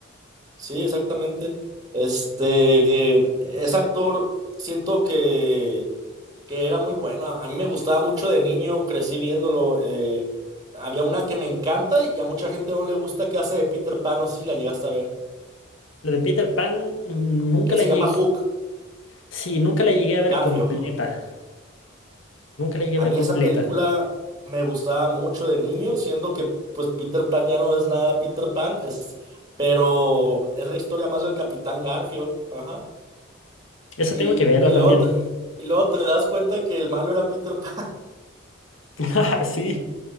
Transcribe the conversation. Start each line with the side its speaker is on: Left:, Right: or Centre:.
Right: Sí, exactamente. Este, eh, ese actor, siento que que era muy bueno. A, a mí me gustaba mucho de niño, crecí viéndolo. eh, había una que me encanta y a mucha gente no le gusta que hace de Peter Pan, no sé si la llegaste a ver,
Left: Lo de Peter Pan mm, nunca
Right: que
Left: la
Right: se
Left: llegué,
Right: llama Hook,
Left: Sí, nunca la llegué a ver
Right: Garfio.
Left: completa. Nunca la llegué
Right: A
Left: a ver
Right: mí
Left: completa.
Right: esa película me gustaba mucho de niño, siendo que pues Peter Pan ya no es nada Peter Pan, es, pero es la historia más del Capitán Garfio. Ajá.
Left: Esa
Right: Y,
Left: tengo que verla
Right: y
Left: también.
Right: luego te, y luego te das cuenta que el malo era Peter Pan.
Left: <laughs> Sí,